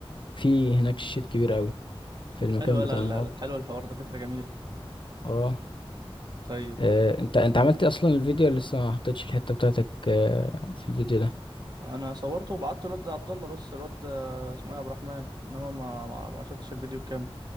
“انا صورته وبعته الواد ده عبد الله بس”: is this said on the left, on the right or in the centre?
Right